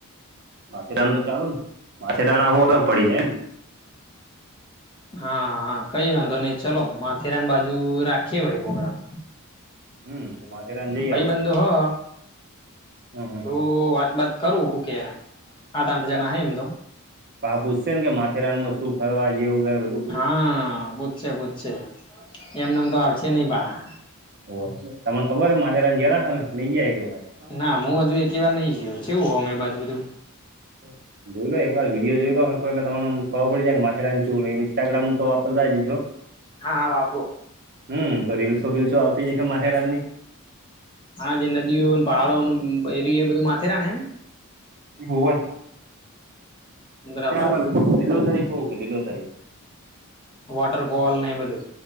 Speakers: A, on the right (about 50°); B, on the left (about 25°).
A: માથેરાન તો ચાલુ ને માથેરાન આવું અલગ પડી જાય ને
B: હા હા કઈ વાંધો નહી ચલો માથેરાન બાજુ રાખીએ વળ પ્રગ્રામ
A: હમ તો માથેરાન જઈએ
B: ભાઈ
A: આપડે
B: બંધો હો
A: હમ હમ
B: જો
A: હમ
B: વાત બાત કરું હું કે સાત આઠ જણા હ એમ તો.
A: પૂછશે કે માથેરાનમાં શું ફરવા જેવું છેધ.
B: હા પૂછશે પૂછશે એમનેમ તો આવે છે નહી ભ.
A: ઓ તમને ખબર હ માથેરાન ગયા તા તમે કે નહીં ગયા.
B: ના હું હજુ એક વાર નઈ જયો કેવું હો અમે બાજુ બધું.
A: હા. જોઈ લો એકવાર વિડીયો જોઈ લો હરખ એ તમવા પડી જાય કે માથેરાન ઇન્સ્ટાગ્રામ તો વાપરતા જશો. <inaudible>
B: હા હા વાપરું.
A: હમ તો રીલસો બીલસો આવતી જાય છે માથેરાત ની.
B: હા જે નદીઓ પહાડો એર એ બધું માથેરા એમ.
A: એ હોું હોય <unintelligible>
B: બરાબર
A: ત્યાં આગળ લીલો તારી બહુ છે લીલો તારી
B: વાટર ફવાલ એમું.